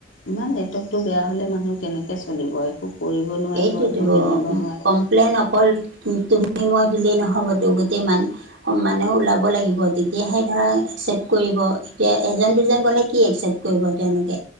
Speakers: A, on the left (about 75°); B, on the right (about 70°).
A: ইমান নেটৱৰ্কটো বেয়া হ'লে মানুহ কেনেকৈ চলিব? একো কৰিব নোৱাৰিব
B: এইটোতো
A: একো মেলিব
B: অ'।
A: নোৱাৰিব
B: কমপ্লেইন অকল তুমি মই দিলেই নহ'বতো, গোটেই মান মানে ওলাব লাগিব তেতিয়াহে ধৰা একচেপ্ট কৰিব এতিয়া এজন দুজন গ'লে কি একচেপ্ট কৰিব তেওঁলোকে,